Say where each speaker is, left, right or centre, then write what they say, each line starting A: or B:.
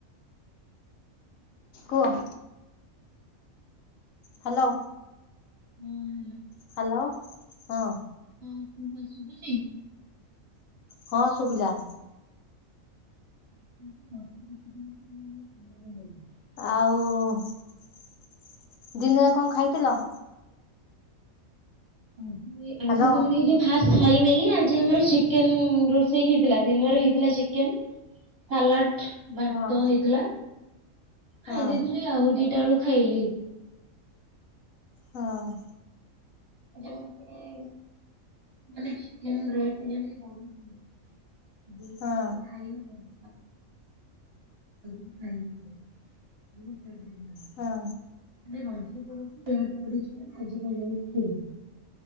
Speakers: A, on the left; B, on the right.
A: କୁହ। ହ୍ୟାଲୋ।
B: ହୁଁ।
A: ହ୍ୟାଲୋ ହଁ।
B: ହଁ କୁହ ଶୁବୁଚି।
A: ହଁ ଶୁଭିଲା।
B: <unintelligible>
A: ଆଉ ଦିନରେ କଣ ଖାଇଥିଲ।
B: ଆଜି ଆଜି
A: ହ୍ୟାଲୋ।
B: ସେମିତି କିଚ୍ଛି ଖାସ୍ ହେଇନେଇ ଆଜି ଆମର ଚିକେନ ରୋଷେଇ ହେଇଥିଲା ଦିନରେ ହେଇଥିଲା ଚିକେନ ସାଲାଟ ଭାତ
A: ହଁ।
B: ହେଇଥିଲା
A: ହଁ
B: ଖାଇ ଦେଇଥିଲି ଆଉ ଦିଟା ବେଳକୁ ଖାଇଲି।
A: ହଁ।
B: <inaudible> ମାନେ ଚିକେନ ରେଟ୍ ଯେମିତି ବଢୁଚି <inaudible>
A: ହଁ
B: ଆଉ କ ଖାଇ ହବନି। <unintelligible> <unintelligible> ମାନେ
A: ହଁ
B: ରଜ ପର୍ବ ବି <unintelligible>